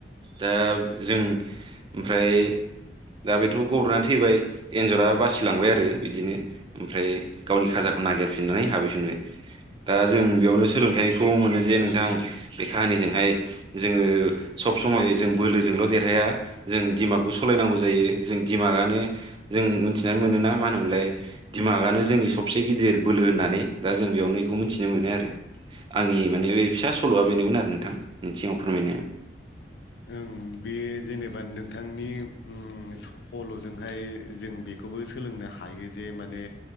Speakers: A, on the right; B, on the left.
A: दा जों ओमफ्राय दा बेथ' गबनानै थैबाय बे जरा बासिलांबाय आरो बिदिनो ओमफ्राय गावनि खाजाखौ नागिरफिननानै हाबहैफिनबाय दा जों बेयावनो सोलोंथाइखौ मोनो जे नोंथां बे काहानिजोंहाय जोङो सब समय जों बोलोजोंल' देरहाया जों दिमागबो सलाय होनांगौ जायो जों दिमागानो जों मिथिनानै मोनोना मानो होनोमोनलाय दिडमागानो जोंनि सबसे गिदिर बोलो होननानै दा जों बेयाव नै बेखौ मिथिनो मोनो आरो आंनि माने बे फिसा सल'आ बेनोमोन आरो नोंथां नोंनि सिगाव फोरमायनाया
B: उम बे जेनेबा नोंथांनि उम सल'जोंहाय जों बे खौबो सोलोंनो हायो जे माने